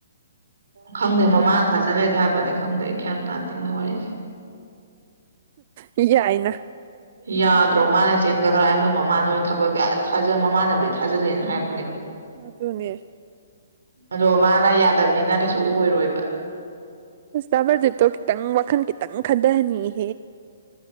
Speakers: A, on the right; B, on the right.
A: ꯈꯪꯗꯦ
B: ꯊꯥꯖꯤꯜꯂꯒ
A: ꯃꯃꯥꯅ ꯊꯥꯖꯜꯂꯦꯗꯤ ꯍꯥꯏꯕꯅꯤ ꯈꯪꯗꯦ ꯒ꯭ꯌꯥꯟ ꯇꯥꯗꯦ ꯃꯣꯏ ꯋꯥꯔꯤꯖꯦ
B: ꯑꯦ ꯌꯥꯏꯅ
A: ꯌꯥꯗ꯭ꯔꯣ ꯃ ꯆꯦꯟꯒꯗ꯭ꯔꯥ ꯃꯣꯏ ꯃꯃꯥꯅ ꯑꯣꯏꯅ ꯊꯕꯛ ꯑ ꯃꯃꯥꯅꯕꯨꯗꯤ ꯊꯥꯖꯤꯜꯂꯦꯅ ꯍꯥꯏꯔꯛꯄꯅꯦꯕ
B: ꯑꯗꯨꯅꯦ
A: ꯑꯗꯣ ꯃꯥꯅ ꯌꯥꯗꯕꯅꯤꯅ ꯀꯩꯁꯨ ꯑꯣꯏꯔꯣꯏꯕ
B: ꯑꯁ ꯗꯥ ꯄ꯭ꯔꯗꯤꯞꯇꯣ ꯈꯤꯇꯪ ꯋꯥꯈꯜ ꯈꯤꯇꯪ ꯈꯟꯗꯍꯟꯅꯤꯡꯉꯤ